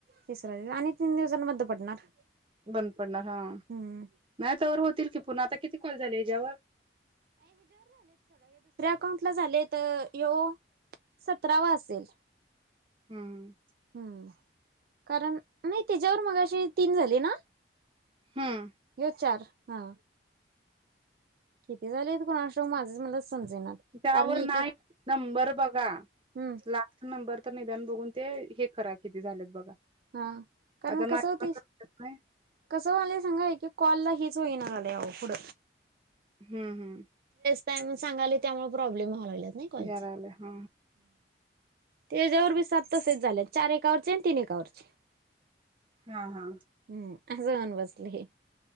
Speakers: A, on the right; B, on the right.
A: तिसरा दिवस आणि तीन दिवसांनी बंद पडणार
B: बंद पडणार हा
A: हम्म
B: नाही. तवर होतील की पुन्हा आता किती कॉल झाले हेच्यावर
A: अकाउंट ला झाले तर यो सतरावा असेल
B: हम् हम
A: हम्म कारण नाही त्याच्यावर मगाशी तीन झाले ना?
B: हम्म
A: हे चार हा किती झाले कोनास ठावूक माझंच मला समजेनात
B: त्यावर
A: कारण एक
B: नाय
A: एक
B: नंबर बघा
A: हम्म
B: लास्ट नंबर तर निदान बघून ते हे करा किती झालेत बघा.
A: हा कारण
B: आता माझं
A: कस होतय
B: पण करतात नाही
A: कस व्हालयं सांगा एक एक कॉलला हे च होईना झालंय पुढ
B: हम्म हम्म
A: टायमिंग सांगालय त्यामुळे प्रॉब्लेम व्हाय लागल्यात नाही कॉलच
B: या लागलंय हा.
A: त्याच्यावर बी सात तसेच झाले चार एकावरचे आणि तीन एकावरचे
B: हा हा
A: हम्म अस होऊन बसले